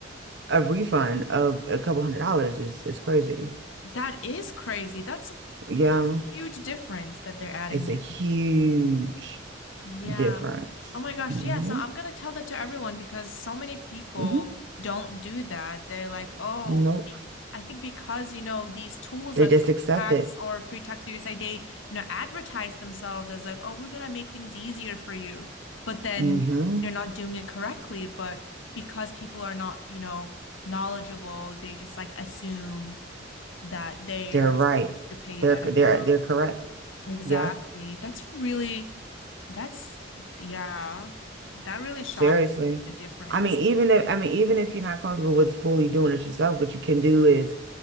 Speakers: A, on the right (about 60°); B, on the left (about 85°).
A: a refund of a couple hundred dollars is, is crazy.
B: That is crazy. That's
A: Yeah,
B: that's a huge difference that they're adding
A: it's a
B: in.
A: huge
B: Yeah.
A: difference.
B: Oh my gosh,
A: hmm
B: yeah. So I'm gonna tell that to everyone because so many people
A: hmm
B: don't do that. They're like, oh,
A: Nope.
B: I think because, you know, these tools
A: They
B: like
A: just accept
B: Tax
A: it.
B: or Free Tax USA, they, you know, advertise themselves as like, oh, we're gonna make things easier for you. But then
A: hmm
B: they're not doing it correctly. But because people are not, you know, knowledgeable, they just like assume that they're
A: They're right.
B: supposed to pay
A: They're,
B: that
A: they're,
B: amount.
A: they're correct.
B: Exactly.
A: Yeah,
B: That's really, that's, yeah, that really shocked
A: seriously.
B: me, the difference.
A: I mean, even if, I mean, even if you're not comfortable with fully doing it yourself, what you can do is,